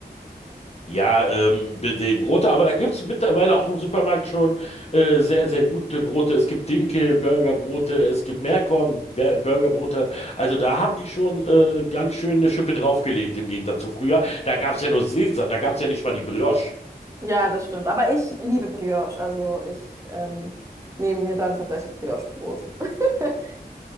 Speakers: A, on the left; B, on the right.
A: Ja, ähm, die Brote, aber da gibt's mittlerweile auch im Supermarkt schon äh, sehr, sehr gute Brote. Es gibt Dinkel, Burgerbrote, es gibt Meerkorn, Ber- Burgerbrote. Also da haben die schon äh, ganz schön eine Schippe draufgelegt im Gegensatz zu früher. Da gab's ja nur Sesam, da gab's ja nicht mal die Brioche.
B: Ja, das stimmt. Aber ich liebe Brioche, also ich ähm, nehme mir dann tatsächlich Brioche-Brot. <laughs>